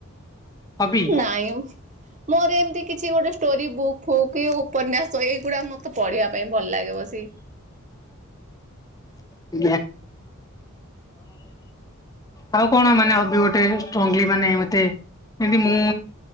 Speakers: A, on the left; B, on the right.
A: ହବି?
B: ନାଇଁ ମୋର ଏମତି କିଛି ଗୋଟେ ଷ୍ଟୋରି ବୁକ୍ ଫୁକ୍ କି ଉପନ୍ୟାସ ଏଇଗୁଡା ମତେ ପଢିବା ପାଇଁ ଭଲ ଲାଗେ ବସିକି।
A: <inaudible> ଆଉ କଣ ମାନେ ହବି ଗୋଟେ ଷ୍ଟ୍ରଙ୍ଗଲି ମାନେ ମତେ ଏମତି ମୁଁ